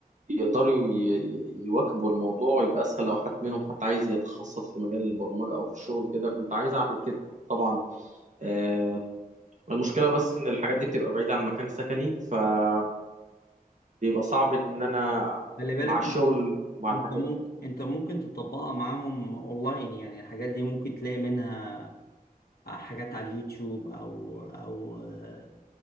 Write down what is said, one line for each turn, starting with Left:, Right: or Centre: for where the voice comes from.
Right: يقدروا ي- ي- يواكبوا الموضوع ويبقى أسهل لو حد منهم حتى عايز يتخصص في مجال البرمجة أو في الشغل كده كنت عايز أعمل كده طبعا آه، المشكلة بس إن الحاجات دي بتبقى بعيدة عن مكان سكني فبيبقى صعب إن أنا
Left: خلي بالك
Right: مع الشغل
Left: انت
Right: ومع
Left: انت
Right: الحاجات
Left: ممكن انت ممكن تطبقها معاهم اونلاين يعني الحاجات دي ممكن تلاقي منها حاجات على اليوتيوب او او آه،